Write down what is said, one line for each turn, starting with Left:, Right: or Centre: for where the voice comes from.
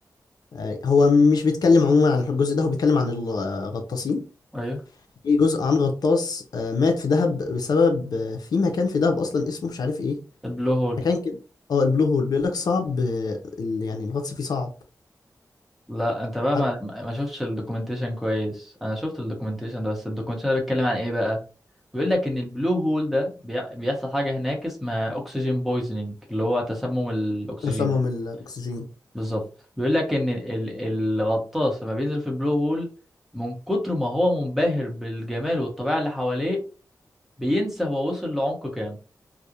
Left: آه هو مش بيتكلم عموما عن الجزء ده هو بيتكلم عن الغطاسين
Centre: ايوه
Left: في جزء عن غطاس آه مات في دهب بسبب آه في مكان في دهب اصلا اسمه مش عارف ايه
Centre: البلو هول
Left: مكان كده اه البلو هول بيقول لك صعب آه ال- يعني الغطس فيه صعب
Centre: لا انت بقى
Left: حتى
Centre: ما ما شفتش الدوكيومنتيشن كويس انا شفت الدوكيومنتيشن ده بس الدوكيومنتيشن ده بيتكلم عن ايه بقى بيقول لك ان البلو هول ده بي... بيحصل حاجة هناك اسمها اكسجين بويزنينج اللي هو تسمم الاكسجين
Left: تسمم الاكسجين
Centre: بالظبط بيقول لك ان ال- الغطاس لما بينزل في البلو هول من كتر ما هو منبهر بالجمال والطبيعه اللي حواليه بينسى هو وصل لعمق كام